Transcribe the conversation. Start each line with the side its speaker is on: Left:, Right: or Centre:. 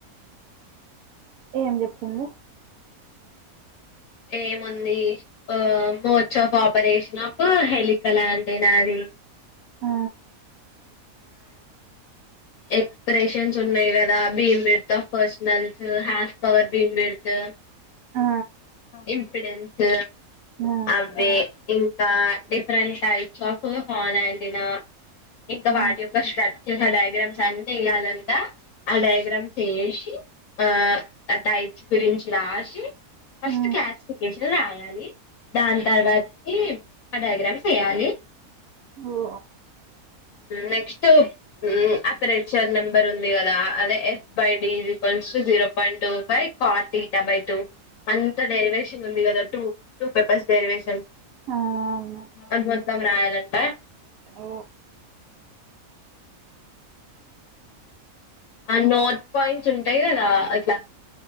Right: ఏం చెప్పింది.
Left: ఏముంది ఆ మోర్చ్ ఆఫ్ ఆపరేషన్ ఆఫ్ హెలికలా అంటే నాది.
Right: ఆ
Left: ఎక్స్ప్రెషన్స్ ఉన్నాయి కదా beamwidth of first nulls half power beamwidth
Right: ఆ
Left: ఇంఫిడెన్స్
Right: ఆ
Left: అవే ఇ డిఫరెంట్ టైప్స్ ఆఫ్ హాన్డినా ఇంకా
Right: ఆ
Left: వాటి యొక్క స్ట్రక్చర్, డయాగ్రామ్స్ ఇదంతా ఎయ్యాలంట ఆ డయాగ్రామ్స్ ఏసి ఆ ఆ టైట్ గురించి రాసి ఫస్ట్
Right: ఆ
Left: క్లాసిఫికేషన్ రాయాలి. దాని తర్వాతకి ఆ డయాగ్రామ్స్ ఏయాలి
Right: ఓ
Left: నెక్స్ట్ అప్రేచర్ నెంబర్ ఉంది కదా అదే F by D is equal to zero point two five కార్టీటబై టూ అంత డెరివేషన్ ఉంది కద టూ టూ పేపర్స్ డెర్వేషన్
Right: ఆ అవును
Left: అది మొత్తం రాయాలంట
Right: ఓ
Left: ఆ నోట్ పాయింట్స్ ఉంటయి కదా అట్ల